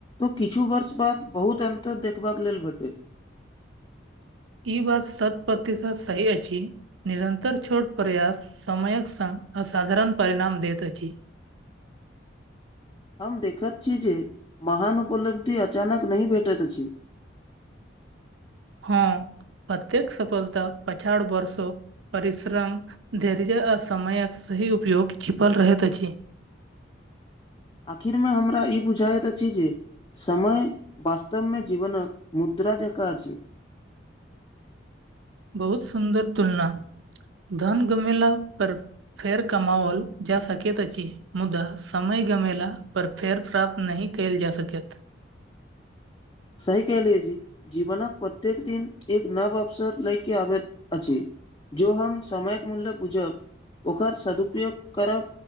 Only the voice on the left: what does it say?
किछु वर्ष बाद बहुत अन्तर देखबा के लेल भेटे
हम देखैत छी जे महान उपलब्धि अचानक नहि भेटैत अछि।
आखिर मे हमरा ई बुझाइत अछि जे समय वास्तव में जीवनक मुद्रा जका अछि।
सही कहलिए जे जीवनक प्रत्येक दिन एक नव अवसर लय के आबैत अछि जो हम समयक मूल्य बुझब ओकर सदुपयोग करब